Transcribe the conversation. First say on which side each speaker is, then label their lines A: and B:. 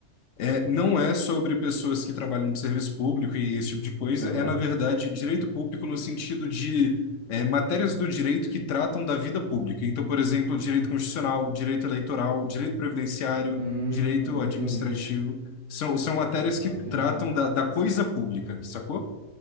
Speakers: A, on the left; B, on the right.
A: É, não é sobre pessoas que trabalham no serviço público e esse tipo de coisa,
B: Aham.
A: é, na verdade, direito público no sentido de é, matérias do direito que tratam da vida pública. Então, por exemplo, direito constitucional, direito eleitoral, direito previdenciário,
B: Hum,
A: direito
B: entendi.
A: administrativo, são, são matérias
B: Ah,
A: que tratam
B: entendi.
A: da, da coisa pública, sacou?